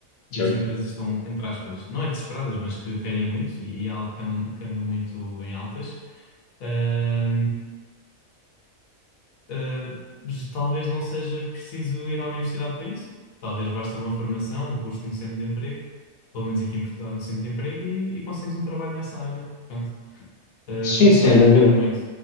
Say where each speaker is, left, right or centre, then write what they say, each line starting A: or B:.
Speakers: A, on the left; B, on the left.
A: e
B: certo.
A: as empresas estão, entre aspas, não é desesperadas, mas que querem muito e, e é algo que anda, que anda muito em altas. ah, Uh, mas talvez não seja preciso ir à universidade para isso. Talvez basta uma formação, um curso no centro de emprego, pelo menos aqui em Portugal, no centro de emprego, e, e consegues um trabalho nessa área. Portanto, uh,
B: Sim,
A: por isso
B: sem
A: eu acho
B: dúvida.
A: que depende muito.